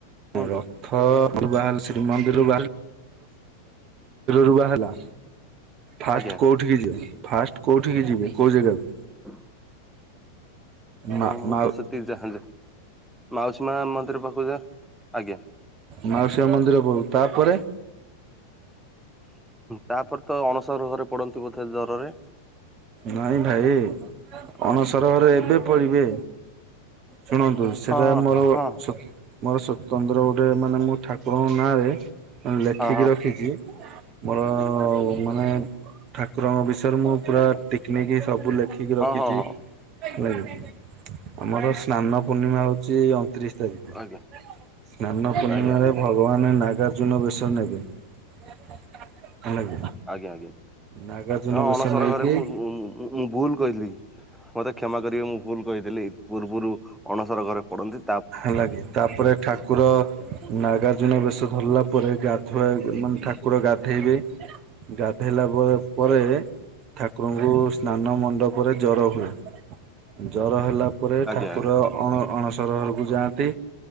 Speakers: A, in the centre; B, on the right.
A: କୁହନ୍ତୁ
B: ରଥ ରୁ <unintelligible> ଶ୍ରୀମନ୍ଦିର ରୁବା ହେଲା। ଫାଷ୍ଟ
A: ଆଜ୍ଞା
B: କୋଉଠିକି ଯିବେ ଫାଷ୍ଟ କୋଉଠିକି ଯିବେ କୋଉ ଜେଗାକୁ?
A: <unintelligible> ହଁ
B: ମା
A: ମୁଁ
B: ମା
A: ତ ସେତିକି ଯାହା ଯା ମାଉସୀ ମା ମନ୍ଦିର ପାଖକୁ ଯା ଆଜ୍ଞା।
B: ମାଉସୀ ମା ମନ୍ଦିର ପାକୁ ତାପରେ
A: ତାପରେ ତ ଅଣସର ଘରେ ପଡନ୍ତି ବୋଧେ ଜରରେ?
B: ନାଇଁ ଭାଇ
A: ଆଉ
B: ଅଣସର ଘରେ ଏବେ ପଡିବେ ଶୁଣନ୍ତୁ ସେଟା
A: ହଁ ହଁ
B: ମୋର
A: ହଁ
B: ମୋର ସୋତନ୍ତ୍ର ଗୋଟେ ମାନେ ମୁଁ ଠାକୁରଙ୍କ ନାଁରେ ମାନେ ଲେଖିକି
A: ହଁ ହଁ
B: ରଖିଛି। ମୋର ମାନେ ଠାକୁରଙ୍କ ବିଷୟରେ ମୁଁ ପୁରା ଟିକ ନିକି ସବୁ ଲେଖିକି
A: ହଁ
B: ରଖିଚି।
A: ହଁ ହଁ
B: ହେଲା କି ଆମର ସ୍ନାନ ପୂର୍ଣ୍ଣିମା ହଉଚି ଅଣତିରିଶ ତାରିକି
A: ଆଜ୍ଞା
B: ସ୍ନାନ ପୂର୍ଣ୍ଣିମାରେ
A: ଆଜ୍ଞା ଆଜ୍ଞା
B: ଭ ଭଗବାନ ନାଗାର୍ଜୁନ ବେଶ ନେବେ ହେଲା କି
A: ଆଜ୍ଞା ଆଜ୍ଞା
B: ନାଗାର୍ଜୁନ
A: ହଁ
B: ବେଶ
A: ଅନଣସର
B: ନେଇକି
A: ଘରେ ମୁଁ ମୁଁ ମୁଁ ଭୁଲ କହିଦେଲି ମତେ କ୍ଷମା କରିବେ ମୁଁ ଭୁଲ କହିଦେଲି ପୂର୍ବରୁ ଅଣସର ଘରେ ପଡ଼ନ୍ତି।
B: ହେଲା କି ତାପରେ ଠାକୁର ନାଗାର୍ଜୁନ ବେଶ ଧରିଲା ପରେ ଗାଧୁଆ ମାନେ ଠାକୁର ଗାଧେଇବେ। ଗାଧେଇଲା ପ ପରେ ଠାକୁରଙ୍କୁ ସ୍ନାନ ମଣ୍ଡପରେ ଜର ହୁଏ, ଜର ହେଲା ଉପରେ
A: ଆଜ୍ଞା
B: ଠାକୁର ଅଣ ଅଣସର ଘରକୁ ଯାଆନ୍ତି।